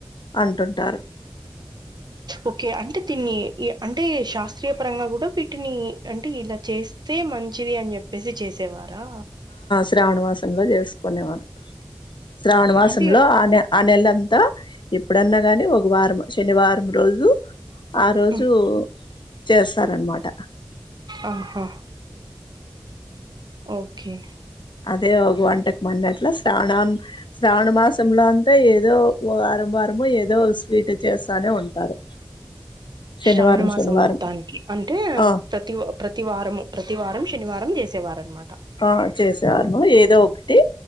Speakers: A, on the left; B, on the right.
A: అంటుంటారు
B: ఓకే అంటే దీన్ని అంటే శాస్త్రీయ పరంగా కూడా వీటిని అంటే ఇలా చేస్ తే మంచిది అని చెప్పేసి చేసేవారా
A: శ్రావణమాసంలో చేసుకునేవారు శ్రావణవాసంలో
B: ఓకే. అంటే
A: ఆనే ఆ నెలంతా ఎప్పుడన్నా గాని ఒక వారం శనివారం రోజు ఆ రోజు
B: హ్మ్.
A: చేస్తారనమాట
B: ఆహా ఓకే
A: అదే ఒగ వంటకమన్నట్లా శ్రావణం శ్రావణ మాసంలో అన్ త ఏదో వారం వారము ఏదో ఒగ స్వీట్ చేస్తానే ఉంటారు శనివారం
B: శ్రావణ మాసం
A: శనివారం
B: మొత్తానికి అంటే
A: ఆ
B: ప్రతి ప్రతివారము ప్రతివారం శనివారం చేసేవారనమాట
A: ఆ చేసేవారము ఏదో ఒకటి